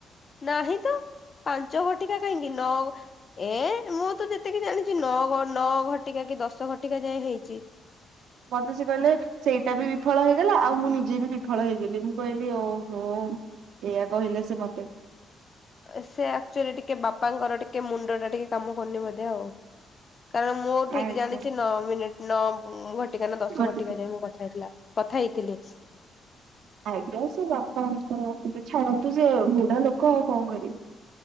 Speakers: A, on the left; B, on the right.
A: ନାହିଁ ତ ପାଞ୍ଚ ଗଟିକା କାହିଁକି ନ ଏ ମୁଁ ତ ଯେତିକି ଜାଣିଛି ନଅ ନଅ ଘଟିକା କି ଦଶ ଘଟିକା ଯାଏଁ ହେଇଛି।
B: ମତେ ସେ କହିଲେ ସେଇଟା ବି ବିଫଳ ହେଇଗଲା ଆଉ ମୁଁ ନିଜେ ବି ବିଫଳ ହେଇଗଲି ମୁଁ କହିଲି ଓହୋ। ଏଇଆ କହିଲେ ସେ ମତେ।
A: ସେ ଆକ୍ଚଲି ଟିକେ ବାପାଙ୍କର ଟିକେ ମୁଣ୍ଡ ଟା ଟିକେ କାମ କରନି ବୋଧ ଆଉ କାରଣ ମୁଁ ଠିକ
B: ଆଜ୍ଞା
A: ଜାଣିଚି ନଅ ମିନିଟ ନଅ ଘ କଟିକା ନା ଦଶ
B: ଘଟିକୁ
A: ଘଟିକା ଯାଇ ମୁଁ କଥା ହେଇଥିଲା କଥା ହେଇଥିଲି।
B: ଆଜ୍ଞା ସେ ବାପାଙ୍କର ଛାଡନ୍ତୁ ସେ ବୁଢା ଲୋକ ଆଉ କଣ କରିବେ।